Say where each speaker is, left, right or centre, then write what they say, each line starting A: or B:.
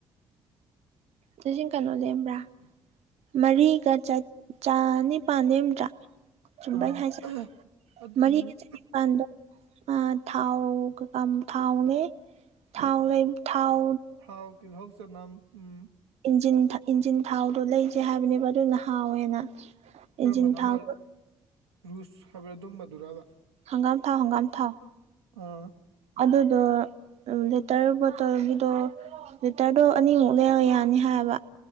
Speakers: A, on the right (about 55°); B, on the right (about 85°).
A: <unintelligible> ꯀꯅꯣ ꯂꯦꯝꯕ꯭ꯔꯥ ꯃꯔꯤꯒ ꯆꯠ ꯆꯥꯅꯤꯄꯥꯟ ꯅꯦꯝꯗ꯭ꯔꯥ ꯆꯨꯝꯕꯔꯥ
B: ꯑꯥ
A: ꯑꯩꯅꯥ ꯍꯥꯏꯖꯦ
B: ꯑꯗꯨꯝ
A: ꯃꯔꯤꯒ ꯆꯅꯤꯄꯥꯟꯗꯣ ꯑ ꯊꯥꯎ ꯀꯀꯝ ꯊꯥꯎꯅꯦ ꯊꯥꯎ ꯂꯩ ꯊꯥꯎ
B: ꯊꯥꯎ ꯇꯤꯜꯍꯧ ꯆꯅꯝ ꯎꯝ
A: ꯏꯟꯖꯤꯟ ꯊ ꯏꯟꯖꯤꯟ ꯊꯥꯎꯗꯣ ꯂꯩꯖꯦ ꯍꯥꯏꯕꯅꯦꯕ ꯑꯗꯨꯅ ꯍꯥꯎꯋꯦꯅ
B: ꯀꯔꯝꯕꯅꯣ
A: ꯏꯟꯖꯤꯟ ꯊꯥꯎꯗꯣ
B: ꯑꯃ ꯔꯨꯁ ꯍꯥꯏꯕꯥ ꯑꯗꯨꯝꯕꯗꯨꯔꯕ
A: ꯍꯪꯒꯥꯝ ꯊꯥꯎ ꯍꯪꯒꯥꯝ ꯊꯥꯎ
B: ꯑꯥ
A: ꯑꯗꯨꯗꯣ ꯂꯦꯇꯔ ꯕꯣꯇꯜꯒꯤꯗꯣ ꯂꯤꯇꯔꯗꯣ ꯑꯅꯤꯃꯨꯛ ꯂꯩꯔꯒ ꯌꯥꯅꯤ ꯍꯥꯏꯕ